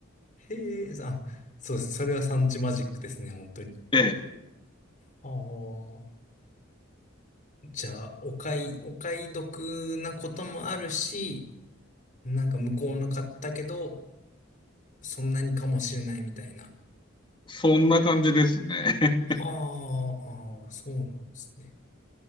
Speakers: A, on the left; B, on the left.
A: へえ、あ、そうです。それは産地マジックですね、本当に。
B: ええ、
A: ああ、じゃあ、お買い、お買い得なこともあるし、なんか向こうの買ったけど、そんなにかもしれないみたいな。
B: そんな感じですね。
A: はあ、ああ、そうなんですね。